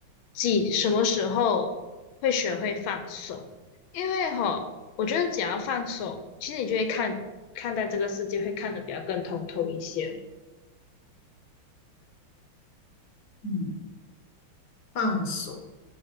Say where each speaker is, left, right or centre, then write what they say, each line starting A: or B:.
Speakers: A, on the left; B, on the left.
A: 己什么时候会学会放手。因为哈，我觉得只要放手，其实你就会看看待这个世界，会看得比较更通透一些。
B: 嗯，放手